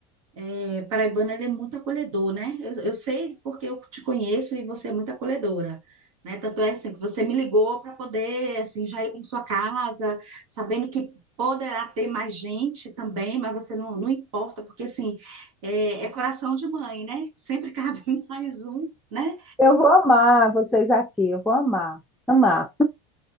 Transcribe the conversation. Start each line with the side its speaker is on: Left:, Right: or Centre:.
Right: é, paraibano ele é muito acolhedor, né? Eu, eu sei porque eu te conheço e você é muito acolhedora, né? Tanto é assim que você me ligou para poder assim já ir para sua casa, sabendo que poderá ter mais gente também, mas você não, não importa porque assim é, é coração de mãe, né? Sempre cabe <laughs> mais um, né?
Centre: Eu vou amar vocês aqui, eu vou amar, amar.